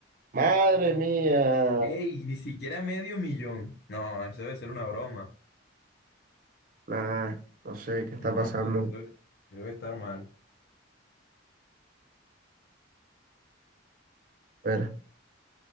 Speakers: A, on the right; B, on the left.
A: Madre mía.
B: ¡Ey! Ni siquiera medio millón. No, eso debe ser una broma.
A: Nah, no sé qué está
B: No,
A: pasando.
B: eso, eso, eso debe estar mal.
A: A ver,